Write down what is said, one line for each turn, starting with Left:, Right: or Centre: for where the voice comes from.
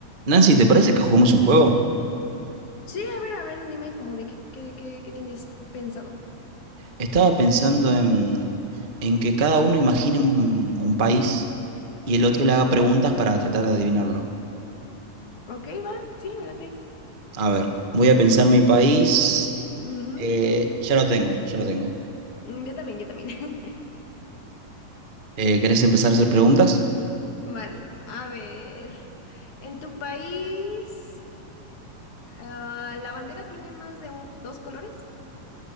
Right: Nancy, ¿te parece que juguemos un juego?
Left: Sí, a ver, a ver, dime como de qué, qué, qué, qué tienes pensado.
Right: Estaba pensando en, en que cada uno imagine un, un país y el otro le haga preguntas para tratar de adivinarlo.
Left: Ok, va, sí, me late.
Right: A ver, voy a pensar mi país.
Left: Ujú,
Right: Eh,
Left: también.
Right: ya lo tengo, ya lo tengo.
Left: Mm, Yo también, yo también. <laughs>
Right: Eh, ¿querés empezar a hacer preguntas?
Left: Vale, a ver. ¿En tu país ah, la bandera tiene más de un- dos colores?